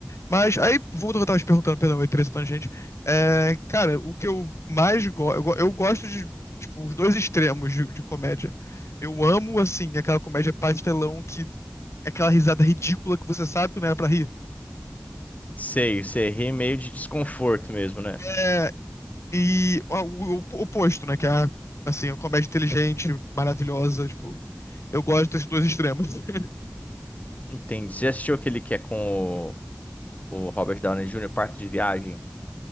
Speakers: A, on the left; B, on the left.
A: Mas aí, voltando ao que eu tava te perguntando, perdão, eu entrei nessa tangente. É, cara, o que eu mais gosto. Eu, go- eu gosto de tipo, os dois extremos de, de comédia. Eu amo, assim, aquela comédia pastelão que. é Aquela risada ridícula que você sabe que não era pra rir.
B: Sei, sei, ri meio de desconforto mesmo, né?
A: É, e ó, o, o oposto, né? Que é a, assim, a comédia inteligente, maravilhosa, tipo. Eu gosto desses dois extremos. <laughs>
B: Entendi. Você assistiu aquele que é com o, o Robert Downey Jr., Parto de Viagem? <laughs>